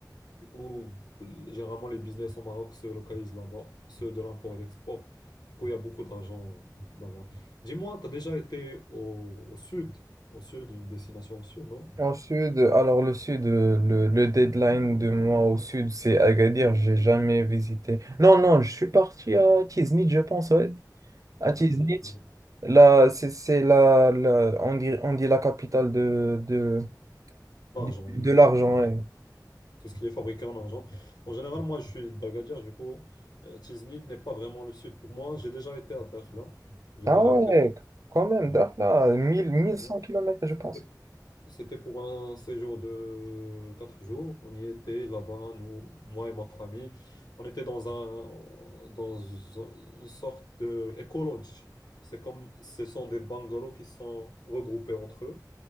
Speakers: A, on the left; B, on the right.
A: du coup, généralement, les business au Maroc se localisent là-bas, ceux de l'import et l'export. Du coup, il y a beaucoup d'argent là-bas. Dis-moi, tu as déjà été au, au sud, au sud, une destination au sud, non?
B: En sud, alors le sud, euh, le, le deadline de moi au sud, c'est Agadir, j'ai jamais visité. Non, non, je suis parti à Tiznit, je pense, ouais. À
A: utiliser
B: Tiznit,
A: pour
B: là, c'est c'est la, la- on dit, on dit la capitale de, de,
A: l'argent,
B: de, de
A: oui.
B: l'argent,
A: Donc,
B: ouais.
A: tout ce qui est fabriqué en argent. En général, moi, je suis d'Agadir, du coup, euh, Tiznit n'est pas vraiment le sud. Pour moi, j'ai déjà été à Dakhla. J'ai
B: Ah
A: déjà
B: ouais,
A: été,
B: quand même,
A: oui.
B: Dakhla, mille mille
A: exactement.
B: cent kilomètres
A: C'était,
B: je pense.
A: c'était pour un séjour de quatre jours. On y était là-bas, nous, moi et ma famille. On était dans un, dans une sorte de éco-lodge. C'est comme, ce sont des bungalows qui sont regroupés entre eux.